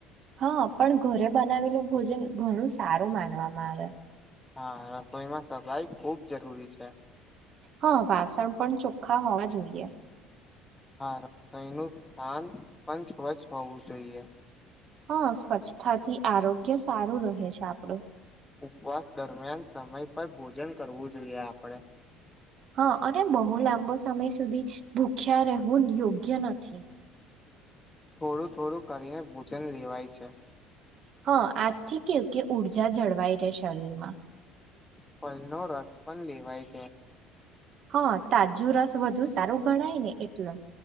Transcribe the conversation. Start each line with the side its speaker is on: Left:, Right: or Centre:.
Right: હા પણ ઘરે બનાવેલું ભોજન ઘણું સારું માનવામાં આવે.
Left: હા રસોઈમાં સફાઈ ખુબ જરૂરી છે.
Right: હા વાસણ પણ ચોખ્ખા હોવા જોઈએ.
Left: હા સનું સ્થાન પણ સ્વચ્છ હોવું જોઈએ.
Right: હા સ્વચ્છતાથી આરોગ્ય સારું રહે છે આપણું
Left: ઉપવાસ દરમિયાન સમય પર ભોજન કરવું જોઈએ આપણેે
Right: હા અને બહુ લાંબો સમય સુધી ભૂખ્યા રહેવું યોગ્ય નથી.
Left: થોડું થોડું કરીને ભોજન લેવાય છે.
Right: હા આજથી કેવું કે ઉર્જા જળવાઈ રહેે શરીરમાં
Left: ફલનો રસ પણ લેવાય છે.
Right: હા તાજું રસ વધુ સારું ગણાય ને એટલે